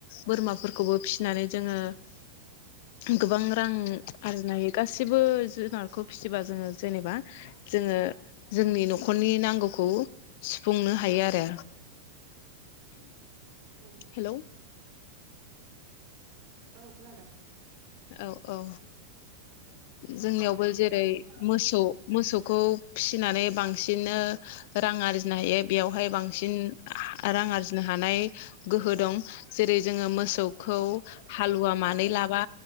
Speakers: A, on the left; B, on the right.
A: बोरमाफोरखौबो फिसिनानै जोङो गोबां रां आरजिनो हायो गासिबो जुनारखौ फिसिबा जोंओ जेनेबा जोंओ जोंनि नखरनि नां खौ सुफुंनो हायो आरो।
B: औ
A: हेलौ।
B: औ खोनादों।
A: औ औ जोंनियावबो जेरै
B: औ
A: मोसौ मोसौ खौ फिसिनानै बांसिन बां रां आरजिनो हायो बेयावहाय बांसि रां आरज नो हानाय गोहो दं जेरै जोङो मोसौखौ हालुवा मानै लाबा